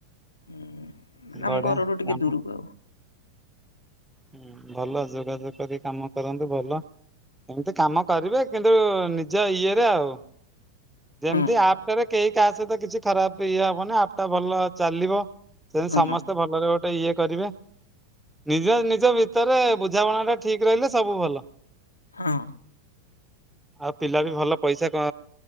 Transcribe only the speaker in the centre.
ବଢିଆ
କାମ।
ହୁଁ ଭଲ ଯୋଗାଯୋଗ କରି କାମ କରନ୍ତୁ ଭଲ। ଏମିତି କାମ କରିବେ କିନ୍ତୁ ନିଜ ଇଏରେ ଆଉ।
ଯେମତି ଆପ୍ଟାରେ କେହି କାହା ସହିତ କିଛି ଖରାପ ଇଏ ହବନି ଆପ୍ ଟା ଭଲ ଚାଲିବ। ସେନ୍ତି
ସମସ୍ତେ
ଭଲରେ ଗୋଟେ ଇଏ କରିବେ। ନିଜ ନିଜ ଭିତରେ ବୁଝାମଣା ଟା ଠିକ ରହିଲେ ସବୁ ଭଲ।
ଆଉ ପିଲା ବି ଭଲ ପଇସା କଅ